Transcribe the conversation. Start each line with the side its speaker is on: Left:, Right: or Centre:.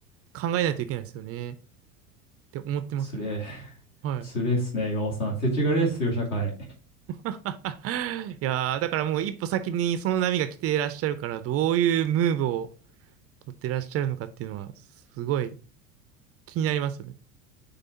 Right: 考えないといけないですよね。って思ってますね。
Left: つれえ、
Right: はい。
Left: つれえっすね、岩尾さん。世知辛いっすよ、社会。
Right: <laughs> いやー、だからもう一歩先にその波が来ていらっしゃるから、どういうムーブを取ってらっしゃるのかっていうのは、すごい気になりますよね。